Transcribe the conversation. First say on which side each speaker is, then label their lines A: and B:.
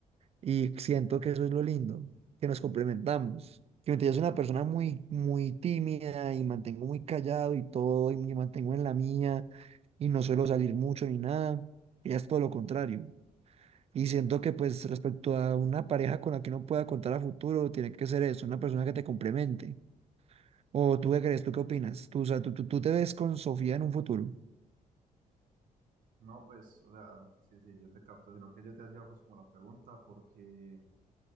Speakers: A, on the right; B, on the right.
A: Y siento que eso es lo lindo, que nos complementamos. Que mientras yo soy una persona muy, muy tímida y mantengo muy callado y todo, y me mantengo en la mía, y no suelo salir mucho ni nada, ella es todo lo contrario. Y siento que pues respecto a una pareja con la que uno pueda contar a futuro, tiene que ser eso, una persona que te complemente. ¿O tú qué crees? ¿Tú qué opinas? Tú, o sea, tú, tú, tú te ves con Sofía en un futuro.
B: No, pues, o sea, sí, sí, yo te capto, sino que yo te hacía pues como la pregunta, porque,